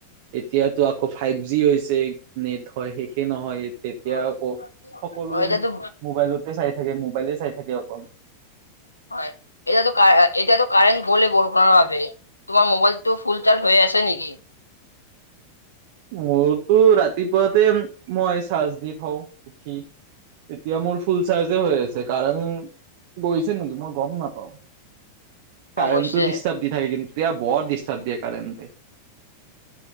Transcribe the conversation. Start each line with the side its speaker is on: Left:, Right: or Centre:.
Right: এতিয়াতো আকৌ ফাইভ জি হৈছে নেট হয় শেষে নহয় তেতিয়া
Left: হয়
Right: আকৌ সকলোৱে
Left: অ এতিয়াতো
Right: মোবাইলতে চাই থাকে মোক ৰিলে চাই থাকে অকল
Left: হয় এতিয়াতো কা এতিয়াতো কাৰেট গলেই ব বোনো ভবে তোমাৰ মোবাইলটো ফুল চাৰ্জ হৈ আছে নেকি
Right: মোৰতো ৰাতিপুৱাতে মই চাৰ্জ দি থওঁ উঠি এতিয়া মোৰ ফুল চাৰ্জে হৈ আছে কাৰণ গৈছে নেকি মই গম নাপাওঁ কাৰেণ্টটো
Left: অৱশ্যে
Right: ডিষ্টাৰ্ব দি থাকে কিন্তু এতিয়া বৰ ডিষ্টাৰ্ব দিয়ে কাৰেণ্টে